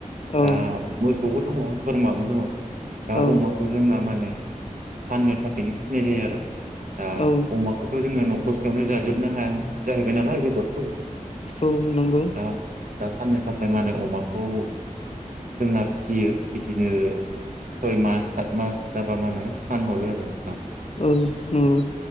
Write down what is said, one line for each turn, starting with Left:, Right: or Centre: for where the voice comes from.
Left: औ
Right: दा मोसौबो दङ बोरमाबो दङ दा
Left: औ
Right: अमाखौ जोंना माने फाननो थाखायनो फिनाय जायो आरो दा
Left: औ
Right: अमाखौथ' जोङो नख खस्थ'आवनो जाजोबनो हाया जाहैबाय नालाय बेदरखौ
Left: औ नंगौ
Right: दा दा फाननो थाखाय माने अमाखौ' जोंना फिसियो बिदिनो सय मास सात मास जाबा माने फानहरो आरो नोंथा।
Left: औ औ